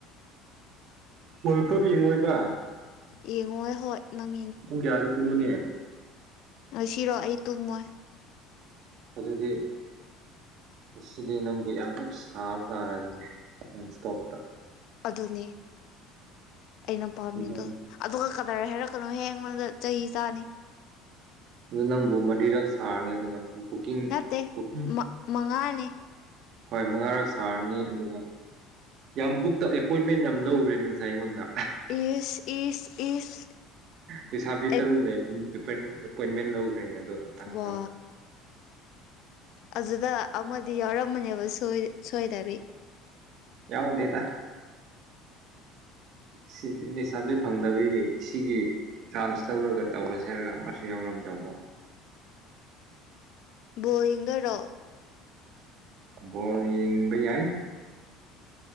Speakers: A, on the right; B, on the left.
A: ꯋꯥꯔꯜ ꯀꯞ ꯌꯦꯡꯉꯣꯏꯕ
B: ꯌꯦꯡꯉꯣꯏ ꯍꯣꯏ ꯅꯪ
A: ꯁꯨꯡ ꯀ ꯌꯥꯗ ꯇꯨꯝꯃꯤꯅꯤ
B: ꯁꯤꯔꯣ ꯑꯩ ꯇꯨꯝꯃꯣꯏ
A: ꯑꯗꯨꯗꯤ ꯑꯁꯤꯗꯤ ꯅꯪꯕꯨ ꯌꯥꯝꯅ ꯁꯥꯕ ꯇꯥꯔꯅꯦ ꯅ ꯏꯁꯇꯣꯛꯇ
B: ꯑꯗꯨꯅꯦ ꯑꯩꯅ ꯄꯥꯝꯃꯤꯗꯣ
A: ꯑꯗꯨ
B: ꯑꯗꯨꯒ ꯀꯗꯥꯏ ꯍꯥꯏꯔꯛ ꯁꯀꯂꯨ ꯍꯦꯡ ꯃ ꯆꯍꯤ ꯆꯍꯤ ꯆꯥꯅꯤ
A: ꯑꯗꯨ ꯅꯪꯕꯨ ꯃꯔꯤꯔꯛ ꯁꯥꯔꯅꯤ ꯑꯗꯨꯒ ꯕꯨꯀꯤꯡ
B: ꯅꯠꯇꯦ
A: ꯕꯨꯀꯤ
B: ꯃꯉꯥꯅꯤ
A: ꯍꯣꯏ ꯃꯉꯥꯔꯛ ꯁꯥꯔꯅꯤ ꯑꯗꯨꯒ ꯌꯥꯝ ꯕꯨꯛꯇ ꯑꯦꯄꯣꯏꯟꯃꯦꯟ ꯌꯥꯝ ꯂꯧꯈꯔꯦ ꯉꯁꯥꯏ ꯑꯩꯉꯣꯟꯗ
B: ꯏꯁ ꯏꯁ ꯏꯁ
A: ꯂꯩꯁꯥꯕꯤ
B: ꯑꯩ
A: ꯇꯔꯨꯛꯅꯦꯝ ꯑꯦꯄꯣꯏꯟꯃꯦꯟ ꯂꯧꯈ꯭ꯔꯦꯅꯦ ꯑꯗꯣ ꯃꯇꯥꯡ ꯃꯇꯥꯡ
B: ꯋꯥ ꯑꯗꯨꯗ ꯑꯃꯗꯤ ꯌꯥꯎꯔꯝꯝꯕꯅꯦꯕ ꯁꯣꯏꯗꯕꯤ
A: ꯌꯥꯎꯗꯦ ꯇ ꯁꯤꯗꯤ ꯁꯥꯞꯂꯤ ꯐꯪꯗꯕꯒꯤ ꯁꯤꯒꯤ ꯆꯥꯟꯁ ꯂꯧꯔꯒ ꯇꯧꯔꯁꯦ ꯍꯥꯏꯔꯒ ꯑꯃꯁꯨ ꯌꯥꯎꯔꯝꯗꯕꯣ
B: ꯕꯋꯒꯔꯣ
A: ꯑꯕꯣ ꯏꯕꯩꯏ